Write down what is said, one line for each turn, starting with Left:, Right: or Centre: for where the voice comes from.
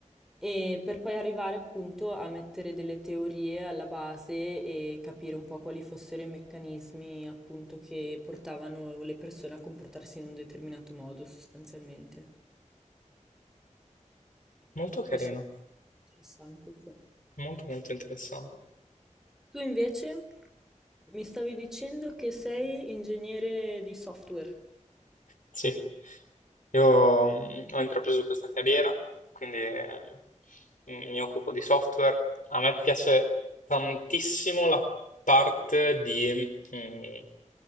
Centre: e per poi arrivare appunto a mettere delle teorie alla base e capire un po' quali fossero i meccanismi appunto che portavano le persone a comportarsi in un determinato modo sostanzialmente.
Left: Molto carino,
Centre: Questo è interessante, sì.
Left: molto molto interessante.
Centre: Tu invece Mi stavi dicendo che sei ingegnere di software.
Left: Sì, io mh, ho intrapreso questa carriera, quindi eh, mi mi occupo di software. A me piace tantissimo la parte di mh,